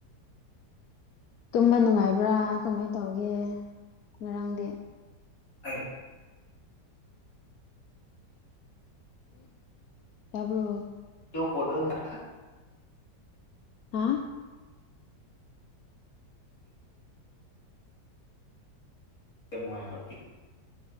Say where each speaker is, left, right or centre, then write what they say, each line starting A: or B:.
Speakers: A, on the left; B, on the left.
A: ꯇꯨꯝꯕ ꯅꯨꯡꯉꯥꯏꯕ꯭ꯔꯥ ꯀꯃꯥꯏ ꯇꯧꯒꯦ ꯉꯔꯥꯡꯗꯤ
B: ꯑꯩ
A: ꯇꯕꯣ
B: ꯇ ꯀꯣꯂꯔꯨꯅ
A: ꯍꯥ
B: ꯌꯥꯝ ꯅꯨꯡꯉꯥꯏꯦ ꯍꯔ